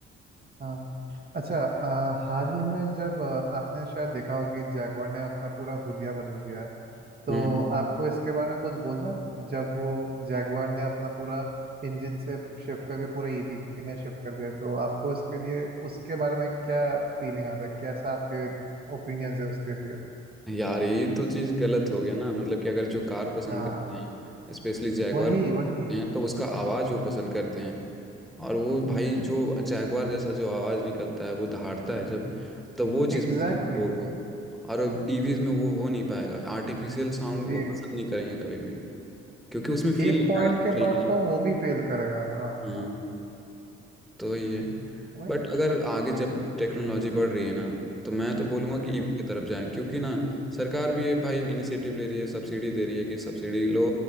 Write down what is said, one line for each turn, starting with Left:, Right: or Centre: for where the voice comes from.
Right: हाँ अच्छा अ, हाल ही में जब अ, आपने शायद देखा हो कि जैगवार ने अपना पूरा हुलिया बदल दिया है तो
Centre: हम्म
Right: आपको इसके बारे में कुछ बोलना है? जब वो जैगुआर ने अपना पूरा इंजन से शिफ्ट करके पूरा ईवी में शिफ्ट कर दिया तो आपको इसके लिए उसके बारे में क्या फीलिंग आता है कैसा आपके ओपिनियंस है उसके लिए
Centre: यार ये तो चीज गलत हो गया ना मतलब कि अगर जो कार पसंद
Right: हाँ
Centre: करते हैं स्पेशली जैगवार
Right: वही वही
Centre: हैं तो उसका आवाज वो पसंद करते हैं और वो भाई जो जैगवार जैसा जो आवाज निकलता है वो दहाड़ता है जब तो वो चीज
Right: Exactly
Centre: पसंद है
Right: exactly,
Centre: लोगों को और ईवीज में वो हो नहीं पाएगा आर्टिफिशियल साउंड
Right: जी
Centre: वो पसंद नहीं करेंगे कभी भी क्योंकि उसमें फील
Right: एक
Centre: नहीं
Right: पॉइंट
Centre: आएगा
Right: के
Centre: चलाने
Right: बाद तो वो भी फेल करेगा हाँ
Centre: में।
Right: हाँ
Centre: हाँ, तो वही है
Right: वही
Centre: बट अगर आगे जब टेक्नोलॉजी बढ़ रही है ना तो मैं तो बोलूँगा
Right: जी
Centre: कि ईवी की तरफ जाएं क्योंकि ना सरकार भी ये भाई इनिशिएटिव ले रही है सब्सिडी दे रही है कि सब्सिडी लो